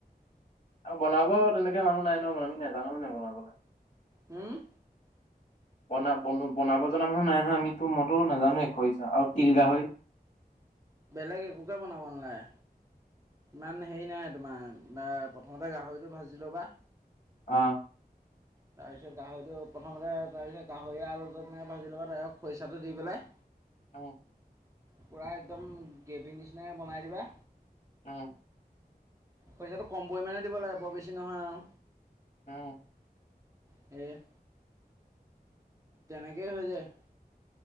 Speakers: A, on the left; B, on the right.
A: আৰু বনাব তেনেকে মানুহ নাই নয় আমি নাজানো ম নাই বনাবলৈ
B: হম
A: <inaudible> বনা বন বনাব জনা মানুহ নাই নহয় আমিতো মইতো নাজানো এশ আৰু তিল গাহৰি
B: বেলেগে কুকাৰ বনাব নালাই ইমান হেৰি নাই তোমাৰ প্ৰথমতে গাহৰিটো ভাজি ল'বা
A: অ
B: তাৰপিছত গাহৰিটো প্ৰথমতে তাৰপিছ গাহৰি আৰুনেক ভাজি ল'বা ত খৰিচাটো দি পেলাই
A: আহ
B: পূৰা একদম গ্ৰেভী নিচিনাকৈ বনাই দিবা
A: অ
B: পইচাটো কমাণে দিব লাগে বৰ বেছি নহয় আৰু
A: উম
B: স তেনেকেই হৈ যায়